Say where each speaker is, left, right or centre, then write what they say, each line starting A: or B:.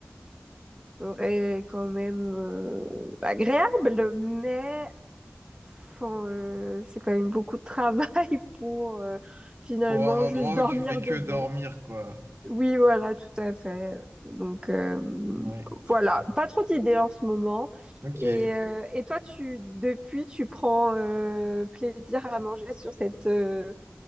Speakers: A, on the right (about 20°); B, on the right (about 80°).
A: serait quand même euh, agréable, mais enfin, euh, c'est quand même beaucoup de travail <laughs> pour euh, finalement
B: Pour un endroit
A: juste dormir
B: où tu fais que
A: dedans.
B: dormir, quoi.
A: Oui, voilà, tout à fait. Donc euh,
B: Ouais, je
A: voilà,
B: comprends.
A: pas trop d'idées en ce moment.
B: Ok.
A: Et, euh, et toi, tu depuis, tu prends euh, plaisir à manger sur cette euh,